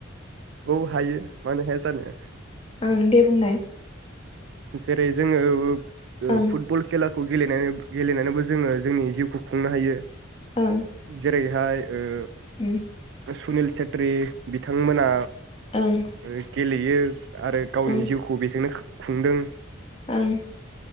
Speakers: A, on the right; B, on the left.
A: औ हायो मानो हाया जानो‌।
B: ओं दे बुंनाय।
A: जेरै जोङो ओ
B: ओं
A: फुटबल खेला खौ गेलेनानै गेलेनानैबो जोंङो जोंनि जिउखौ खुंनो हायो।
B: ओं
A: जेरै फाय ओ
B: उम
A: सुनिल सेेत्री बिथांमोना
B: ओं।
A: ओ गेलेयो। आरो गावनि
B: ओं
A: जिउखौ बेजोंनो खुंदों।
B: ओं।